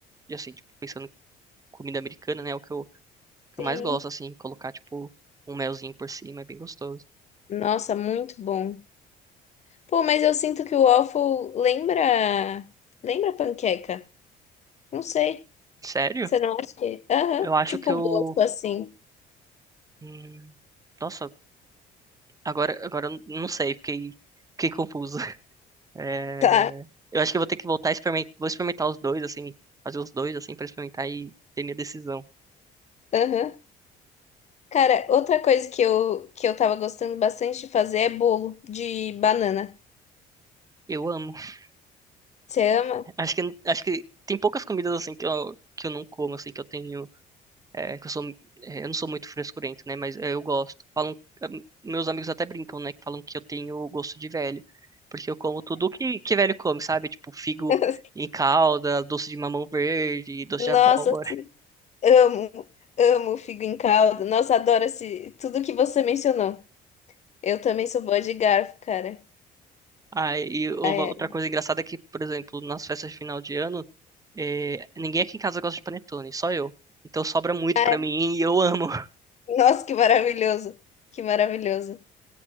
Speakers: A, on the right; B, on the left.
A: assim, tipo, pensando em comida americana, né? É o que eu, que
B: Sim.
A: eu mais gosto, assim, colocar, tipo, um melzinho por cima, é bem gostoso.
B: Nossa, muito bom. Pô, mas eu sinto que o waffle lembra. Lembra panqueca? Não sei.
A: Sério?
B: Você não acha que. Aham.
A: Eu acho
B: Tipo
A: que
B: o
A: eu.
B: gosto assim.
A: hum, nossa, agora, agora eu não sei, fiquei, fiquei confuso. É,
B: Tá.
A: Eu acho que eu vou ter que voltar a experimentar, vou experimentar os dois, assim, fazer os dois, assim, pra experimentar e ter minha decisão.
B: Aham. Cara, outra coisa que eu, que eu tava gostando bastante de fazer é bolo de banana.
A: Eu amo. <laughs>
B: Você ama?
A: Acho que, acho que tem poucas comidas, assim, que eu, que eu não como, assim, que eu tenho, é, que eu sou, é, eu não sou muito frescurento, né, mas é, eu gosto. Falam, é, meus amigos até brincam, né, que falam que eu tenho gosto de velho, porque eu como tudo que, que velho come, sabe? Tipo, figo
B: <laughs>
A: em calda, doce de mamão verde, doce
B: Nossa,
A: de abóbora.
B: amo. Amo figo em caldo. Nossa, adoro esse, tudo que você mencionou. Eu também sou boa de garfo, cara.
A: Ah, e uma-
B: Ai,
A: outra
B: ai.
A: coisa engraçada é que, por exemplo, nas festas de final de ano, É, ninguém aqui em casa gosta de panetone, só eu. Então sobra muito
B: Ai,
A: pra mim e eu amo. <laughs>
B: nossa, que maravilhoso. Que maravilhoso.